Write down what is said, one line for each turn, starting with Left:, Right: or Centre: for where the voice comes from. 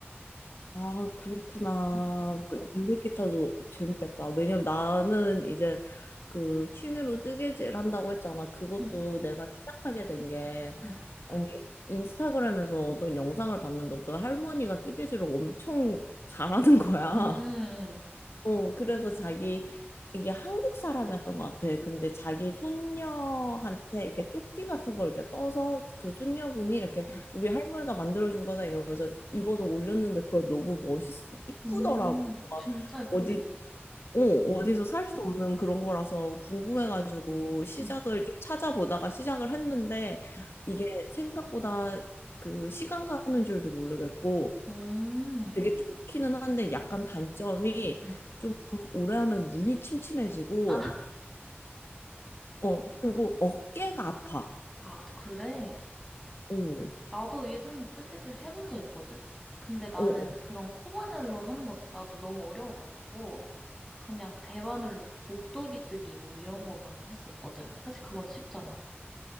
Left: 아, 그렇구나.
Centre: 음,
Left: 그 일렉 기타도 재밌겠다. 왜냐면 나는 이제 그 취미로 뜨개질 한다고 했잖아. 그것도
Centre: 음,
Left: 내가 시작하게 된 게,
Centre: 음,
Left: 아니, 인스타그램에서 어떤 영상을 봤는데 어떤 할머니가 뜨개질을 엄청 잘하는 거야.
Centre: 음,
Left: 어, 그래서 자기, 이게 한국 사람이었던 것 같아. 근데 자기 손녀한테 이렇게 조끼 같은 걸 이렇게 떠서 그 손녀분이 이렇게
Centre: 음,
Left: 우리 할머니가 만들어준 거다 이러면서 입어서 올렸는데 그거 너무 멋있어. 이쁘더라고.
Centre: 음, 음,
Left: 막
Centre: 진짜 예쁘겠네.
Left: 어디, 어, 어디서
Centre: 응,
Left: 살 수도 없는 그런 거라서 궁금해가지고
Centre: 그치.
Left: 시작을
Centre: 응,
Left: 좀 찾아보다가 시작을 했는데
Centre: 응,
Left: 이게 생각보다 그 시간 가는 줄도 모르겠고
Centre: 음,
Left: 되게 좋기는 한데 약간 단점이
Centre: 응.
Left: 좀 오래 하면 눈이 침침해지고,
Centre: 아,
Left: 어, 그리고 어깨가 아파.
Centre: 아, 그래.
Left: 어,
Centre: 나도 예전에 뜨개질 해본 적 있거든? 근데 나는
Left: 어, 어.
Centre: 그런 코바늘로 하는 것 나도 너무 어려워가지고 그냥 대바늘로 그 목도리 뜨기 뭐 이런 것만 했었거든. 사실 그건 쉽잖아.